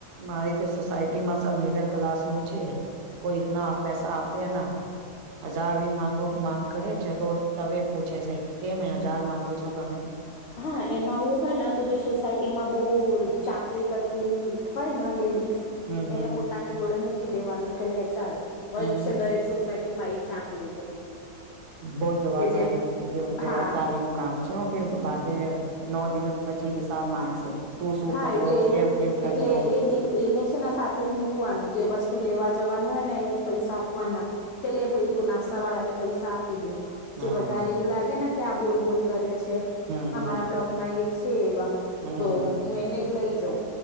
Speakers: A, on the right (about 85°); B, on the left (about 80°).
A: મારી તો સોસાયટીમાં સબ મીડલ ક્લાસનું છે. કોઈક માં આ પૈસા આપે ના. હજાર બી માંગો માંગ કરે છે તો તવે પૂછે છે કેમ હજાર માંગો છો તમે.
B: હા એમાં આવું હોય ને તો જે સોસાયટીમાં બહુ ચાંપલી કરતી હોય ન લેડીઝ
A: હમ હમ.
B: એને પોતાની જોડે મૂકી દેવાનું કે લે ચાલ. હોય
A: હમ
B: જ છે દરેક સોસાયટીમાં એક ચાંપલી તો.
A: બહુ જવાબદારી
B: કે જે
A: જ જવાબદારીનું
B: હા
A: કામ છે હો. તે બાદે નવ દિવસ પછી હિસાબ માંગશે. શું શું
B: હા
A: કર્યો
B: એટલે
A: કેવ કેવ કર્યો.
B: એટલે એ દિવ એને છે ને સાથે જ મૂકવાનું જે વસ્તુ લેવા જવાનું હોય ને એને જ પૈસા આપવાના. કે લે ભઈ તું નાસ્તાવાળા ને પૈસા આપી દે. જે
A: હા
B: વધારે એવું લાગે ને કે આ બોલ બોલ કરે છે
A: હમ હમ
B: અમારા
A: હમ
B: બ્લોકમાં એક છે એવા.
A: હમ
B: તો
A: હમ.
B: હું એને જ લઈ જઉં.